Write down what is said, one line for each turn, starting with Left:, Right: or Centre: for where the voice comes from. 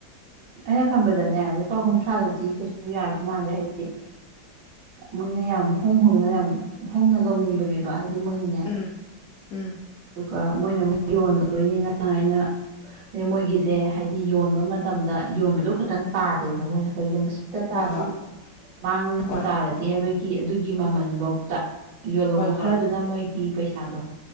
Right: ꯑꯩꯅ ꯈꯟꯝꯕꯗꯅꯦ ꯂꯨꯄꯥ ꯀꯨꯟꯊ꯭ꯔꯥꯗꯨꯗꯤꯤ ꯀꯩꯁꯨ ꯌꯥꯔꯗꯦ ꯃꯥꯟꯗꯦ ꯍꯥꯏꯗꯤ ꯃꯣꯏꯅ ꯌꯥꯝ ꯍꯣꯡ ꯍꯣꯡꯅ ꯌꯥꯝ ꯍꯣꯡꯅ ꯂꯧꯅꯤꯡꯕꯅꯦꯕ ꯍꯥꯏꯗꯤ ꯃꯣꯏꯅꯅꯦ
Left: ꯎꯝ ꯎꯝ
Right: ꯑꯗꯨꯒ ꯃꯣꯏꯅ ꯑꯃꯨꯛ ꯌꯣꯟꯗꯣꯏꯅꯤꯅ ꯑꯩꯅ ꯑ ꯃꯣꯏꯒꯤꯁꯦ ꯍꯥꯏꯗꯤ ꯌꯣꯟꯕ ꯃꯇꯝꯗ ꯌꯣꯟꯕꯗꯣ ꯈꯇꯪ ꯇꯥꯗꯦꯕ ꯃꯣꯏꯅ ꯀꯔꯤꯒꯨꯝꯕ ꯇ ꯇꯥꯔꯗꯤ
Left: ꯍꯣꯏ ꯍꯣꯏ
Right: ꯃꯥꯡꯅ
Left: ꯍꯣꯏ
Right: ꯇꯥꯔꯗꯤ ꯍꯥꯏꯕꯒꯤ ꯑꯗꯨꯒꯤ ꯃꯃꯜꯐꯧ ꯇ ꯌꯣꯜꯍꯧꯕ
Left: ꯍꯣꯏ ꯍꯣꯏ
Right: ꯈꯔꯗꯨꯅ ꯃꯣꯏꯒꯤ ꯄꯩꯁꯥꯗꯣ